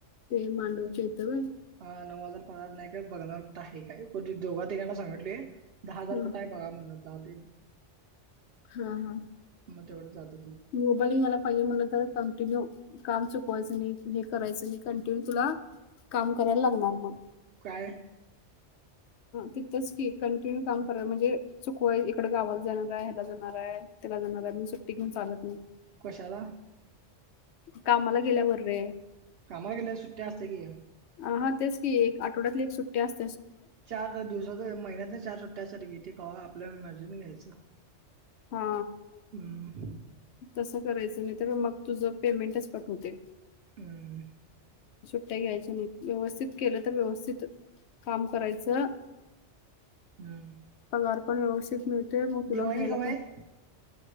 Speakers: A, on the left; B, on the right.
A: ते मांडव च्या इथं व्हय.
B: हा नऊ हजार पहणार नाही, बगणार कुठे आहे काय दोघा-तिघांना सांगितलय. दहा हजार
A: हा
B: कुठं आहे बघा? म्हणून दहा ते
A: हा, हा,
B: ग तेवढं जात
A: <unintelligible> पाहिजे म्हटलं तर कंटिन्यू काम चु चूकवायच नाही, हे करायचं आणि कंटिन्यू तुला काम करायला लागणार मग.
B: काय?
A: तिथंच की, कंटिन्यू काम करा म्हणजे चुकू आहे इकड गावाला जाणार आहे, ह्याला जाणार आहे, त्याला जाणार हाय, म्हणून सुट्टी घेऊन चालत नाही.
B: कशाला?
A: कामाला गेल्यावरर रे?
B: कामाला केेल्या सुट्ट्या असते की,
A: हच की एक आठवड्यात एक सुट्ट्या असते ना!
B: चार दिवसाच महिन्यात ना चार सुट्ट्यासाठीेते का आपल्या मर्जीन घ्यायचं.
A: हा
B: हम्म
A: तस करायचं नाही तर मग तुझं पेमेंटच कट होतेय.
B: हम्म
A: सुट्ट्या घ्यायच नाही व्यवस्थित केलं तर व्यवस्थित काम करायचं.
B: हम्म
A: पगार पण व्यवस्थित मिळतेय मग तुला
B: दिवाळी
A: घ्यायला
B: कवा
A: पण
B: आहे